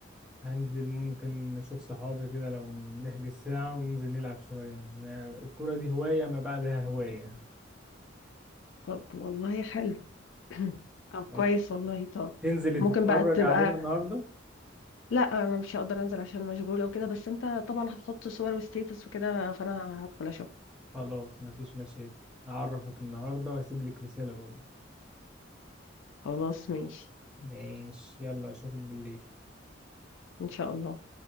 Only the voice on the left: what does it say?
طب والله حلو <clears throat> طب كويس
والله طب
ممكن
بقى تبقى
لا انا مش هقدر انزل عشان مشغولة وكده بس انت طبعا هتحط صور وستيتس وكده فانا هدخل اشوف
خلاص ماشي
ان شاء الله